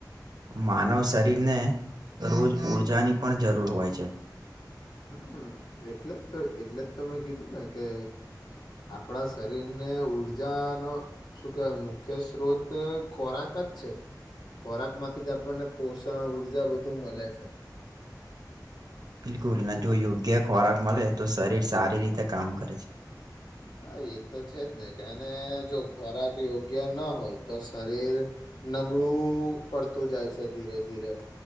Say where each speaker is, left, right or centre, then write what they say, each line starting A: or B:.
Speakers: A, on the right; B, on the left.
A: માનવ શરીરને રોજ ઊર્જાની પણ જરૂર હોય છે.
B: હમ એટલે જ તો એટલે જ તો મેં કીધું ને કે આપણા શરીર અને ઉર્જા નો શું કેહેવાય મુખ્ય સ્ત્રોત ખોરાક જ છે. ખોરાકમાંથી જ આપણને પોષણ ઊર્જા બધુ મળે છે
A: બિલકુલ નેને જો યોગ્ય ખોરાક મળે તો શરીર સારી રીતે કામ કરે છે
B: હા, એ તો છે જ ને જો ખોરાક યોગ્ય ના હોય તો, શરીર નબળું પડતું જાય છે ધીરે ધીરે રે